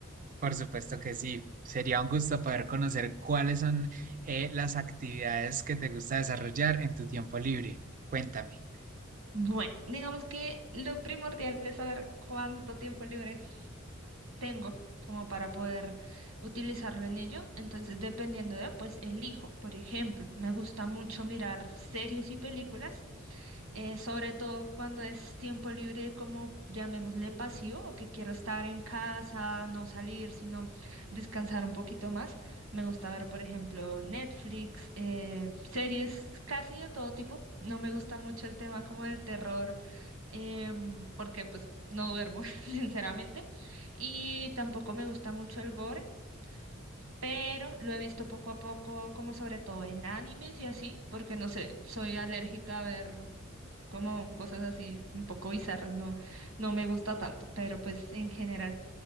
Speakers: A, on the right (about 40°); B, on the right (about 85°).
A: por supuesto que sí. Sería un gusto poder conocer cuáles son eh, las actividades que te gusta desarrollar en tu tiempo libre. Cuéntame.
B: Bueno, digamos que lo primordial es saber cuánto tiempo libre. tengo como para poder utilizarlo en ello. Entonces, dependiendo de, pues elijo. Por ejemplo, me gusta mucho mirar series y películas eh, sobre todo cuando es tiempo libre, como llamémosle pasivo, o que quiero estar en casa, no salir, sino descansar un poquito más. Me gusta ver, por ejemplo, Netflix, eh, series casi de todo tipo. No me gusta mucho el tema como del terror. em, porque pues no duermo, <laughs> sinceramente, y tampoco me gusta mucho el gore, pero lo he visto poco a poco, como sobre todo en animes y así, porque no sé, soy alérgica a ver como cosas así un poco bizarras, no, no me gusta tanto, pero pues en general